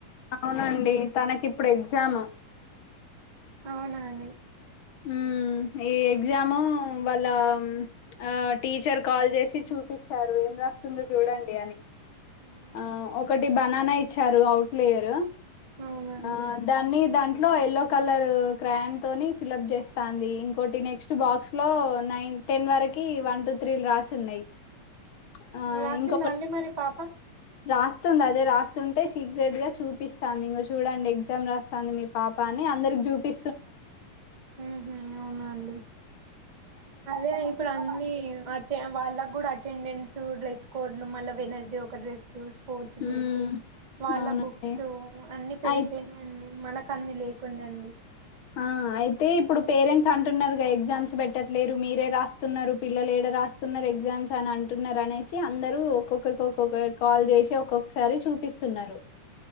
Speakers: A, on the left (about 60°); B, on the right (about 50°).
A: అవునండి తనకి ఇప్పుడు ఎగ్జామ్
B: అవునాం
A: హ ఈ ఎగ్జామ్ వాళ్ళ ఆ టీచర్ కాల్ చేసి చూపించారు ఏం రాస్తుందో చూడండి అని
B: అవునండి
A: ఆ ఒకటి బనానా ఇచ్చారు అవుట్లేయర్
B: అవునండి.
A: ఆ దాన్ని దాంట్లో ఎయల్లో కలర్ క్రాన్ తోని ఫిల్ప్ చేస్తాంది ఇంకోటి నెక్స్ట్ బాక్స్ లో నైన్ టెన్ వరకి వన్ టు త్రీలు రాసిన్నాయి్ ఆ
B: రాసిందా
A: ఇంకొకటి
B: అండి మరి పాప
A: రాస్తుంది అదే రాస్తుంటే సీక్రెట్ గా చూపిస్తాంది ఇం చూడండి ఎగ్జామ్ రాస్తాను మీ పాపని అ చూపి
B: ఉహు అవునా అండి అదే ఇప్పుడు అన్న అ వాళ్ళకు కూడా అటెండెన్స్ డ్రెస్ కోడ్ లో మళ్ళ వెనస్డే ఒక డ్రెస్
A: హ్మ్.
B: డ్ర వాళ్ళ
A: అవునండి.
B: బుక్ అ పెరిపోయినా
A: అయి
B: మ అన్నిీ లేకుండా అండి
A: ఆ అయితే ఇప్పుడు పేరెంట్స్ అంటున్నారుగా ఎగ్జామ్స్ పెట్టట్లేదు మీరే రాస్తున్నారు పిల్లలు రాస్తున్నారు ఎగ్జామ్స్ అని అంటున్నారు అనేసి అందరుూ ఒక్కొక్కరికి ఒక్కొక్క కాల్ చేసి ఒక్కొక్కసారి చూపిస్తున్నారు